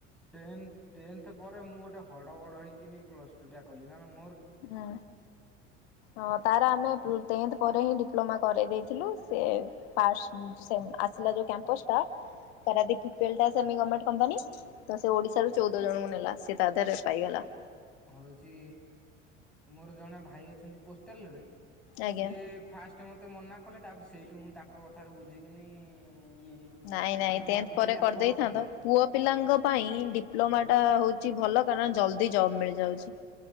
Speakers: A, in the centre; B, on the left (about 55°).
A: ଟେନ୍- ଟେନ୍ଥ ପରେ ମୁଁ ଗୋଟେ ହଡ଼ ବଡ଼ ହେଇକିନି ପ୍ଲସ ଟୁ ଟା କଲି ମୁ ମାନେ
B: ହଁ ହଁ ତାର ଆମେ ଟେନ୍ଥ ପରେ ହିଁ ଡିପ୍ଲୋମା କରେଇ ଦେଇେଇଥିଲୁ ସେ ଫାଷ୍ଟ୍ ଆସିଲା ଯୋଉ କ୍ୟାମ୍ପସ ଟା ପାରାଦୀପ ପିପିଏଲ ଟା ସେମି ଗଭର୍ମେଣ୍ଟ କମ୍ପାନି ତ ସେ ଓଡିଶାରୁ
A: ହୁଁ
B: ଚଉଦ ଜଣଙ୍କୁ ନେଲା ସେ ତା ଦେହରେ ପାଇଗଲା।
A: ହଉଛି ମୋର ଜଣେ ଭାଇ ଅଛନ୍ତି ପୋଷ୍ଟାଲ ରେ
B: ଆଜ୍ଞା।
A: ସିଏ ଫାଷ୍ଟ ମତେ ମନା କଲେ ତାପରେ ସେଇଠୁ ହଁ ତାଙ୍କ କଥାରୁ ବୁଝିକିନି ଇ
B: ନାଇଁ ନାଇଁ
A: ମାନେ
B: ଟେନ୍ଥ
A: ଭାବିଥିଲି
B: ପରେ
A: ଆଉ
B: କରିଦେଇଥାନ୍ତ
A: କଣ କରିବି
B: ପୁଅ ପିଲାଙ୍କ ପାଇଁ ଡିପ୍ଲୋମା ଟା ହଉଛି ଭଲ କାରଣ ଜଲଦି ଜୋବ୍ ମିଳିଯାଉଛି,